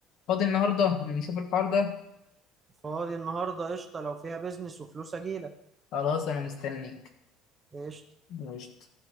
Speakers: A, on the left (about 50°); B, on the right (about 20°).
A: فاضي النهارده نشوف الحوار ده
B: فاضي النهارده قشطه لو فيها بيزنس وفلوس اجيلك
A: خلاص انا مستنيك
B: قشطه
A: قشطة.